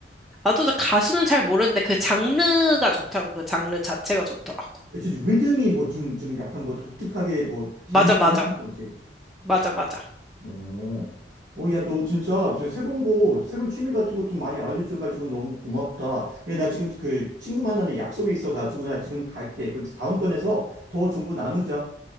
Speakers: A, in the centre; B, on the right.
A: 나도 가수는 잘 모르는데 그 장르가 좋더라고. 그 장르 자체가 좋더라고.
B: 그치, 리듬이 뭐 좀, 좀 약간 뭐 독특하게 뭐 재밌,
A: 맞아, 맞아.
B: 재밌는 거지.
A: 맞아, 맞아.
B: 어, 어, 야, 너 진짜 저 새로운 거, 새로운 취미 같은 것 좀 많이 알려줘가지고 너무 고맙다. 근데 나 지금 그 친구 만나는 약속이 있어가지고 나 지금 갈게. 그데 다음번에서 더 정보 나누자.